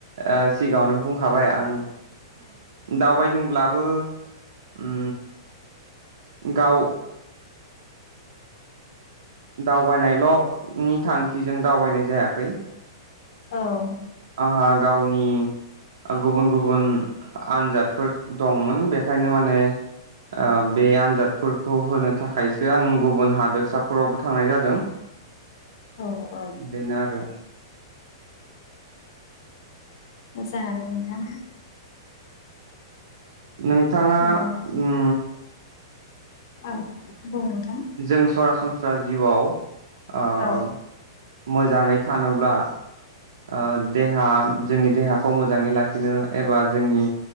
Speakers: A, on the right (about 80°); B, on the left (about 50°).
A: ओ सिगाङावनो बुं खाबाय आं दावबायदोंब्लाबो उम गाव दावबायनायल'नि थांखिजों दावबायनाय जायाखै
B: औ
A: आंहा गावनि आ गुबुन गुबुन आनजादफोर दंमोन बेखायनो माने ओम बे आनजादफोरखौ होनो थाखायसो आं गुबुन हादोरसाफोरावबो थांनाय जादों
B: औ औ
A: बेनो आरो
B: मोजांआनो नोंथां
A: नोंथाङा
B: ओ
A: उम
B: आ बुं <unintelligible>
A: जों सरासनस्रा जिउआव आ
B: औ
A: आम मोजाङै थानोब्ला ओ देहा जोंनि देहाखौ मोजाङै लाखिनो एबा जोंनि